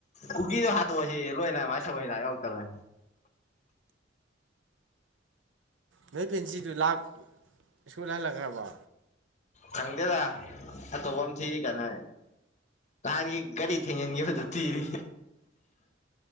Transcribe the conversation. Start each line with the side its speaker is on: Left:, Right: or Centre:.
Left: ꯀꯨꯀꯤꯗꯣ ꯍꯥꯠꯇꯣꯛꯑꯁꯤ ꯂꯣꯏꯅ ꯃꯥꯥꯏ ꯁꯒꯣꯏ ꯍꯤꯗꯥꯛ ꯌꯧꯔꯛꯇꯕ
Right: ꯅꯣꯏ ꯄꯦꯟꯁꯤꯗꯨ ꯂꯥꯛ ꯁ꯭ꯀꯨꯜ ꯍꯜꯂꯛꯈ꯭ꯔꯕ
Left: ꯈꯪꯗꯦꯗ ꯑꯇꯣꯞꯄ ꯑꯃ ꯊꯤꯔꯤ ꯀꯅꯥ ꯅꯍꯥꯟꯒꯤ ꯒꯥꯔꯤ ꯊꯦꯡꯖꯤꯟꯈꯤꯕꯗ ꯊꯤꯔꯤ